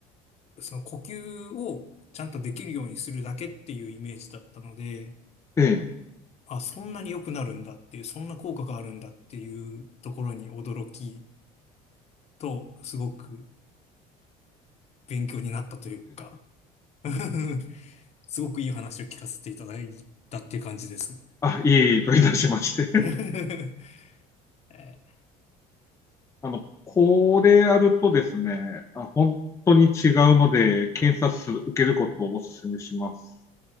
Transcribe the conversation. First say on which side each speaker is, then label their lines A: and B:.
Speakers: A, on the left; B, on the left.
A: その呼吸をちゃんとできるようにするだけっていうイメージだったので、
B: ええ。
A: あ、そんなに良くなるんだっていう、そんな効果があるんだっていうところに驚きと、すごく勉強になったというか、<laughs> すごくいい話を聞かせていただいたっていう感じです。
B: あ、いえいえといたしまして。<laughs>
A: <laughs> え
B: あの、これやるとですね、あ、本当に違うので、検査数受けることをお勧めします。